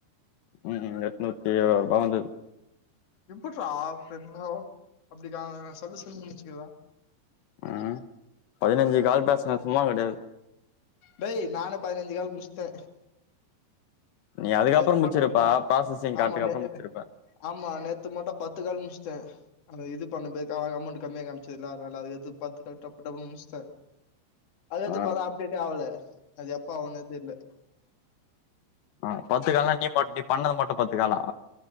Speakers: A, on the left; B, on the left.
A: ம் ம் எட்நூத்தி இருபது ரூபா வந்துருக்கு.
B: எப்ட்றா <unintelligible> அப்டிக்கா நா சொல்ல சொல்ல <unintelligible>
A: ஆ பதினஞ்சு கால் பேசுனே சும்மா கெடையாது.
B: டேய் நானு பதினஞ்சு கால் முட்ச்சிட்டே.
A: நீ அதுக்கப்புறோ
B: நேத்து
A: முச்சிருப்ப
B: மட்டு
A: ப்ராசஸிங் காட்டுக்கு
B: ஆமா நே
A: அப்புறோ முச்சிருப்ப
B: ஆமா நேத்து மட்டு பத்து கால் முட்ச்சிட்டே அந்த இது பண்ணதுக்கு ஆ அமௌண்ட் கம்மியா காமிச்சதுல்ல அதனால அது எடுத்து பாத்து க டப்பு டப்புனு முட்ச்சிட்டே அது எது
A: ஆ
B: து அது அப்டேட்டே ஆகல. அது எப்ப ஆவுன்னே தெர்ல.
A: அ பத்து கால்னா நீ மட் நீ பண்ணது மட்டு பத்து காலா?